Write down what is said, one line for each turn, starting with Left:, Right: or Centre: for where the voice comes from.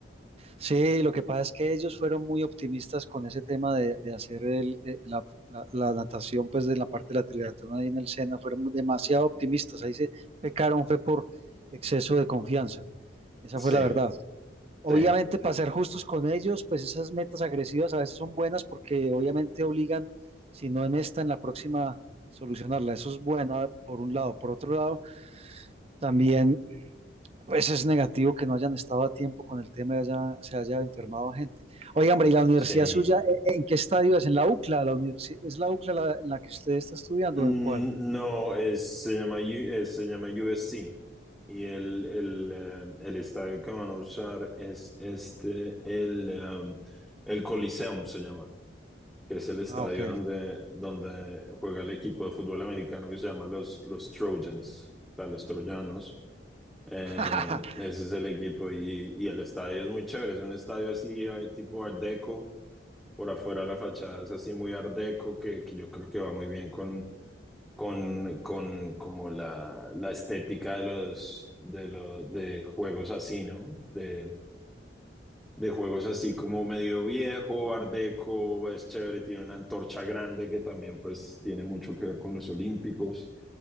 Right: Sí, lo que pasa es que ellos fueron muy optimistas con ese tema de, de hacer el, eh, la, la- la natación, pues de la parte de la triatlón ahí en el Sena, fueron muy- demasiado optimistas. Ahí se pecaron, fue por exceso de confianza. Esa
Centre: Sí,
Right: fue la verdad. Obviamente,
Centre: sí,
Right: para ser justos con ellos, pues esas metas agresivas a veces son buenas porque obviamente obligan, si no en esta, en la próxima, solucionarla. Eso es bueno, ah, por un lado. Por otro lado, también pues es negativo que no hayan estado a tiempo con el tema y haya- se haya enfermado gente. Oiga, hombre, ¿y la universidad
Centre: sí.
Right: suya eh, eh, en qué estadio es? ¿En la UCLA? La universi- ¿Es la UCLA la- en la que usted está estudiando
Centre: Mm,
Right: o en cuál?
Centre: No, es, se llama, U- eh, se llama USC y el, el, eh, el estadio que van a usar es este, el, em, el Coliseum se llama. que es el estadio
Right: Ah, ok.
Centre: donde, donde juega el equipo de fútbol americano que se llama los, los Trojans, o sea, los troyanos. Eh,
Right: <laughs>
Centre: ese es el equipo y, y el estadio es muy chévere, es un estadio así hay tipo Art Deco, por afuera la fachada es así muy Art Deco, que, que yo creo que va muy bien con, con, con como la, la estética de los, de los de juegos así, ¿no? De, de juegos así como medio viejo, art deco, es chévere, tiene una antorcha grande que también pues tiene mucho que ver con los olímpicos.